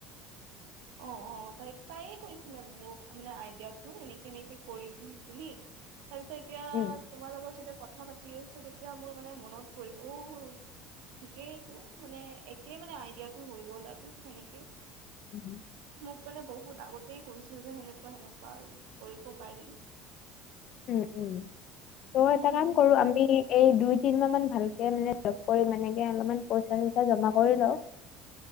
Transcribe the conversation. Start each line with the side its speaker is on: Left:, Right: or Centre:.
Right: অ', অ', তাই তাইে কৈছিলে মোক মানে আইডিয়াটো এনেকে, এনেকে কৰিম বুলি তাৰ পিছত এতিয়া
Left: উম।
Right: তোমাৰ লগত যেতিয়া কথা পাতি আছোঁ তেতিয়া মোৰ মানে মনত পৰিল অ' ঠিকেইতো মানে একে মানে আইডিয়াটো হৈ গ'ল আৰু সেনেকে
Left: উম।
Right: মোক মানে বহুত আগতেই কৈছিল যে সেনেকুৱা সেনেকুৱা আৰু কৰিব পাৰি
Left: উম, উম ত'
Right: উম
Left: এটা কাম কৰো আমি এই দুই তিন মাহ মান ভালকে মানে জপ কৰি মানেকে অলপমান পইচা চইচা জমা কৰি লও